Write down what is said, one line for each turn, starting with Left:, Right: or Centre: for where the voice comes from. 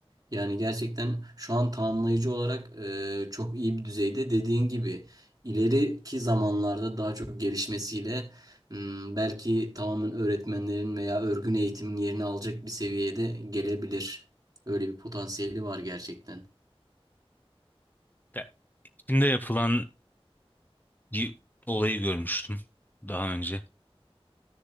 Right: Yani gerçekten şu an tamamlayıcı olarak e, çok iyi bir düzeyde. Dediğin gibi ileriki zamanlarda daha çok gelişmesiyle m, belki tamamen öğretmenlerin veya örgün eğitimin yerini alacak bir seviyede gelebilir. Öyle bir potansiyeli var gerçekten.
Left: Ya, Çin'de yapılan bir olayı görmüştüm daha önce.